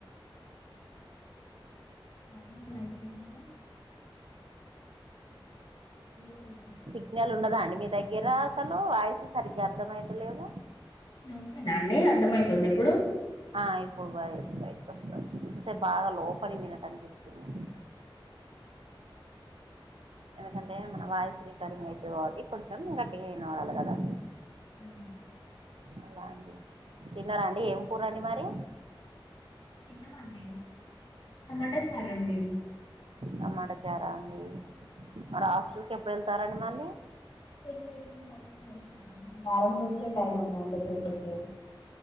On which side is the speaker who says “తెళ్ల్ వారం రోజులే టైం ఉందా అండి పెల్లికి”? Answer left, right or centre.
Left